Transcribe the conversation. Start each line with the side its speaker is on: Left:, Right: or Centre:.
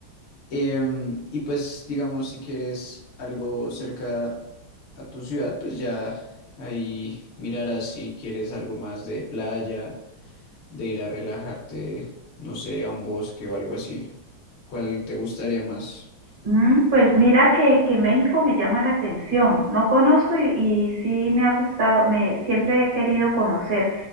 Left: Em, y pues, digamos, si quieres algo cerca a tu ciudad, pues ya ahí mirarás si quieres algo más de playa, de ir a relajarte, no sé, a un bosque o algo así. ¿Cuál te gustaría más?
Right: Mm, Pues mira que, que México me llama la atención. No conozco y, y sí me ha gustado, me siempre he querido conocer.